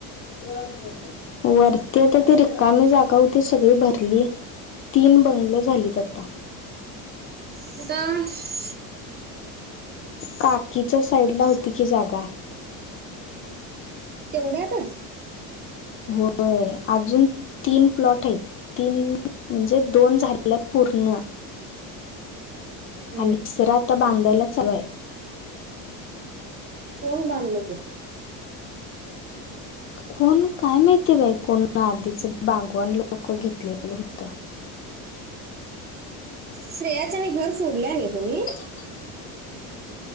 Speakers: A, on the left (about 35°); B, on the right (about 25°).
A: त्रग गोब वरती आता त रिकामी जागा होती सगळी भरली तीन बंगल झालीत आता
B: एकदम
A: काकीच्या साईडला होती की जागा
B: तेवढ्यातच
A: होय अजून तीन प्लॉट आहेत तीन म्हणजे दोन झालेल्या पूर्ण
B: हम्म
A: आणि तिसरा आता बांधायला हवाय
B: कोण बांधलं ग
A: कोण काय माहिती बाई कोण आधीच बागवान लोक घेतलेलं होतं
B: श्रेयाचं आणि घर सोडलंय नाही तुम्ही
A: ह